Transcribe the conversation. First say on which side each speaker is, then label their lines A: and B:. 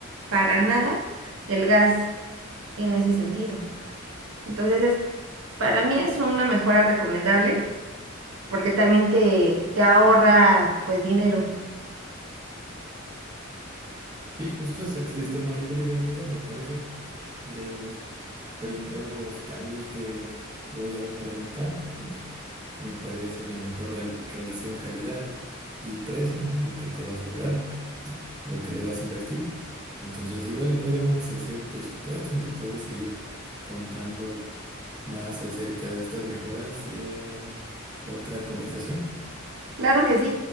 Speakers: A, on the right; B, on the right.
A: para nada el gas en ese sentido. Entonces, es, para mí es una mejora recomendable porque también te, te ahorra pues dinero.
B: Sí, justo ese sistema híbrido, Erika, me parece de los primeros cambios que voy a implementar. Me parece la mejor rel- relación calidad y precio, ¿no? Lo que te vas a ahorrar, lo que le vas a invertir. Entonces, igual y podemos hacer un presupuesto y me puedes seguir contando más acerca de estas mejoras en otra conversación.
A: Claro que sí.